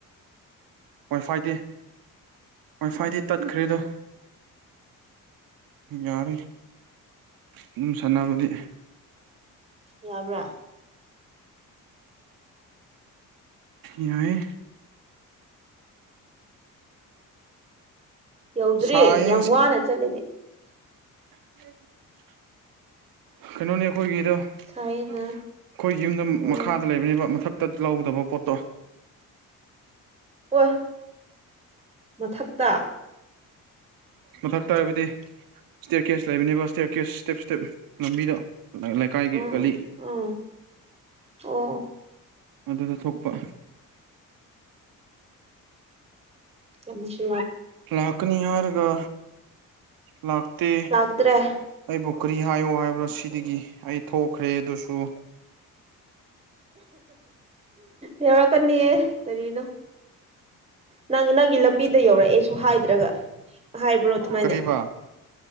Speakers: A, on the right; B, on the right.
A: ꯋꯥꯏ ꯐꯥꯏꯗꯤ ꯋꯥꯏ ꯐꯥꯏꯗꯤ ꯇꯠꯈ꯭ꯔꯦꯗꯣ ꯌꯥꯔꯦ ꯑꯗꯨꯝ ꯁꯥꯟꯅꯕꯗꯤ
B: ꯌꯥꯕ꯭ꯔꯥ
A: ꯌꯥꯏ
B: ꯌꯧꯗ꯭ꯔꯦ
A: ꯁꯥꯏꯌꯦ
B: ꯌꯥꯝ ꯋꯥꯅ ꯆꯠꯂꯅꯦ
A: ꯎ ꯀꯩꯅꯣꯅꯦ ꯑꯩꯈꯣꯏꯒꯤꯗꯣ ꯑꯩꯈꯣꯏ
B: ꯁꯥꯏꯌꯦꯅ
A: ꯌꯨꯝꯗ
B: ꯎꯝ
A: ꯃꯈꯥꯗ ꯂꯩꯕꯅꯦꯕ ꯃꯊꯛ ꯇꯠ ꯂꯧꯗꯕ ꯄꯣꯠꯇꯣ
B: ꯍꯣꯏ ꯃꯊꯛꯇ
A: ꯃꯊꯛ ꯇꯥ ꯍꯥꯏꯕꯗꯤ ꯏꯁꯇꯦꯔ ꯀꯦꯁ ꯂꯩꯕꯅꯦꯕ ꯏꯁꯇꯦꯌꯥꯔ ꯀꯦꯁ ꯏꯁꯇꯦꯞ ꯏꯁꯇꯦꯞ ꯂꯝꯕꯤꯗꯣ ꯂꯩꯀꯥꯏꯒꯤ
B: ꯎꯝ
A: ꯒꯜꯂꯤ
B: ꯎꯝ ꯑꯣ
A: ꯑꯗꯨꯗ ꯊꯣꯛꯄ
B: ꯆꯃꯁꯤ
A: ꯂꯥꯛꯀꯅꯤ ꯍꯥꯏꯔꯒ ꯂꯥꯛꯇꯦ
B: ꯂꯥꯛꯇ꯭ꯔꯦ
A: ꯑꯩꯕꯨ ꯀꯔꯤ ꯍꯥꯏꯌꯣ ꯍꯥꯏꯕ꯭ꯔꯣ ꯁꯤꯗꯒꯤ ꯑꯩ ꯊꯣꯛꯈ꯭ꯔꯦ ꯁꯨ
B: ꯌꯥꯎꯔꯛꯀꯅꯤꯑ ꯀꯔꯤꯅꯣ ꯅꯪ ꯅꯪꯒꯤ ꯂꯝꯕꯤꯗ ꯌꯧꯔꯛꯑꯦꯁꯨ ꯍꯥꯏꯗ꯭ꯔꯒ ꯍꯥꯏꯕ꯭ꯔꯣ ꯑꯗꯨꯃꯥꯏꯅ
A: ꯀꯔꯤꯕ